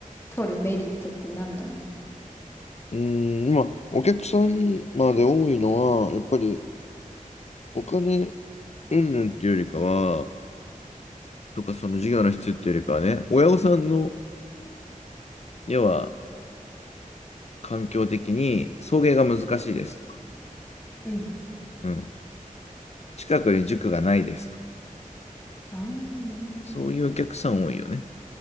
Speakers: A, on the left; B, on the left.
A: 取るメリットって何なの
B: うん、まあ、お客さんまで多いのは、やっぱりお金云々っていうよりかは、とかその事業の質っていうよりかはね、親御さんの、要は環境的に送迎が難しいですとか、
A: うん。
B: うん、近くに塾がないですとか、
A: ああ、なるほど。
B: そういうお客さん多いよね。